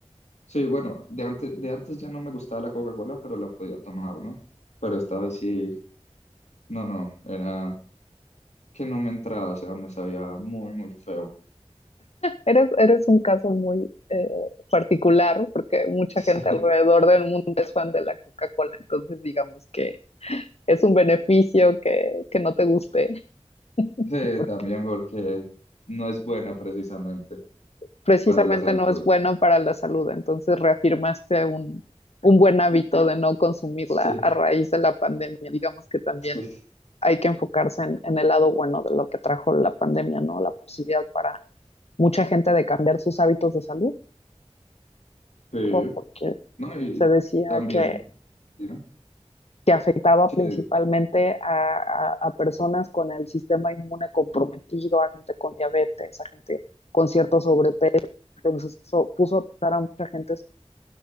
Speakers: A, on the left; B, on the left.
A: sí, bueno, de antes, de antes ya no me gustaba la Coca-Cola, pero la podía tomar, ¿no? Pero esta vez sí, no, no, era que no me entraba, o sea, me sabía muy, muy feo.
B: Eres, eres un caso muy eh, particular porque mucha
A: <laughs> Sí.
B: gente alrededor del mundo es fan de la Coca-Cola, entonces digamos que es un beneficio que, que no te guste,
A: Sí,
B: <laughs> porque
A: también porque no es buena precisamente
B: precisamente
A: para la salud.
B: no es bueno para la salud, entonces reafirmaste un, un buen hábito de no consumirla
A: Sí,
B: a raíz de la pandemia, digamos que también
A: <laughs> sí,
B: hay que enfocarse en, en el lado bueno de lo que trajo la pandemia, ¿no? La posibilidad para mucha gente de cambiar sus hábitos de salud,
A: sí.
B: ¿no? porque
A: No, y
B: se decía
A: también,
B: que
A: dime.
B: que afectaba
A: Sí,
B: principalmente a, a, a, personas con el sistema inmune comprometido, a gente con diabetes, a gente con cierto sobrepeso. Entonces eso puso a pasar a mucha gente